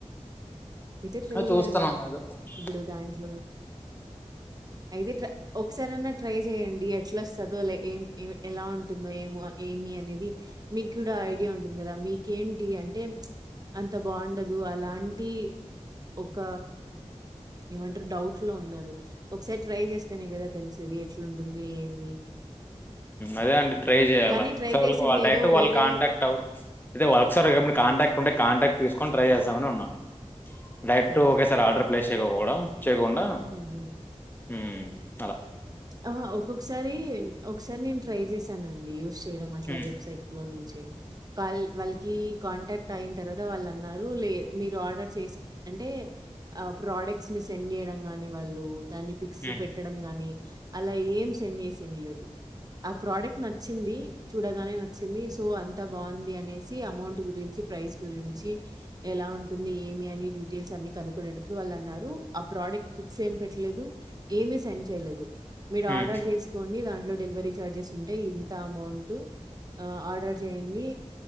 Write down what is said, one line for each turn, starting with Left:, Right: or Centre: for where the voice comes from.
Right: అయితే ట్రై
Left: ఆ,
Right: చేయండి
Left: చూస్తున్నాం ఏదో
Right: ఇప్పుడు దాంట్లోనే అయితే ట ఒకసార అనా ట్రై చెయండి ఎట్లా వస్తుందో లై ఏం ఎలా ఉంటుందో ఏమ ఏమి అనేది మీకు కూడా ఐడియా ఉంటుంది కదా మీ ఏంటి అంటే అంత బాగుండదు అలాంటి ఒక ఏమంటారు డౌట్ లో ఉన్నారు ఒకసారి ట్రై చేస్తేనే కదా తెలిసేది ఎట్లాంటుంది ఏమి
Left: అదే అండి ట్రై చేయాలి
Right: కానీ ట్రై
Left: ఒకసారిళ్ళ
Right: జేసిందేదో
Left: వాళ్ళ డైక్ట్ వాళ్ళ
Right: వేరే
Left: కాంటాక్ట్ అవు అద వాళ్ళ ఒకసారి కాంటాక్ట్ ఉంటే కాంటాక్ట్ తీసుకొని ట్రై చేస్తామని ఉన్నా డరెట్
Right: ఓకే.
Left: ఓక స ఆర్ ప్లేస్ చేకపోవడం చేయకుండా
Right: హుహు.
Left: హ్మ్ అలా
Right: ఆ ఓక్ ఒకోసారి ఒకసారి నేను ట్రై చేశానండి. తియ్డం అట్లా
Left: హ్మ్
Right: వెబ్సైట్ లో నుంచి గ్రేమ్ కాల్ వాళ్కి కాంటాక్ట్ అయిన్ తర్వాత వాళ్ళు అన్నారు. లే మీరు ఆర్డర్ చేసుకు అంటే ఆ ప్రొడక్ట్స్ ని సెండ్ చేయడం గాని వాళ్ళు. దాన్ని పిక్స్
Left: హ్మ్
Right: పెట్టడం, గాని అలా ఏం సెండ్ చేసిన్లేదు. ఆ ప్రోడక్ట్ నచ్చింది చూడగానే నచ్చింది. సో అంత బావుంది, అనేసి అమౌంట్ గురించి, ప్రైస్ గురించి ఎలా ఉంటుంది. ఏమి అని డీటెయిల్స్ అన్ని కనుకునేటప్పుడు వాళ్ళన్నారు. ఆ ప్రోడక్ట్ ఫిక్స్ ఏమి పెట్టలేదు, ఏమి సెండ్ చేయ్లేదు. మీరు
Left: హ్మ్
Right: ఆర్డర్ చేసుకోండి దాన్ లో డెలివరీ చార్జెస్ ఉంటై. ఇంత అమౌంట్ ఆర్డర్ చేయండి.